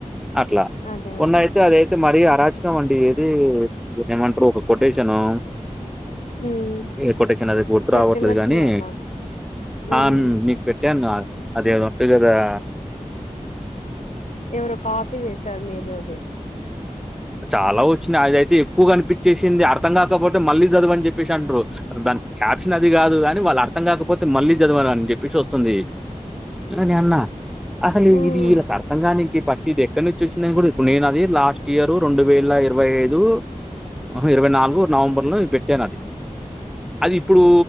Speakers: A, in the centre; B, on the left (about 65°).
A: అట్లా
B: అదే
A: మొన్న
B: అదే
A: అయితే అదైతే మర్ రి అరాచకం అండి ఏది దీన్ని ఏమంటారు ఒక కొటేషను
B: ఉమ్
A: ఏ కొటేషన్ అదిగుర్తు
B: పెట్టినట్టున్నారు
A: రావట్లేదు కానీ
B: నాకు ఉమ్
A: ఆ మీకు పెట్టాను అది ఏదో ఉంటది చూడు అ
B: ఎవరో కాపీ చేసారు మీదది
A: చాలా వచ్చినాయి అది అయితే ఎక్కువ కనిపి చేసింది అర్థం కాకపోతే మళ్ళీ చదువని చెప్పేసి అంటారు అసలు దాని క్యాప్షన్ అది కాదు కాని వాళ్ళు అర్థం కాకపో మళ్ళీ చదవాలని చెప్పించి వస్తుంది నినన్న అసలు
B: ఉమ్
A: ఇది వీళ్ళకి అర్థగానికి ఫస్ట్ ఇది ఎక్కడి నుంచి వచ్చిందని కూడా ఇప్పుడు నేనది లాస్ట్ ఇయరు రెండు వేల ఇరవై ఐదు అహ ఇరవై నాలుగు నవంబర్ లో పెట్టానది అది ఇప్పుడు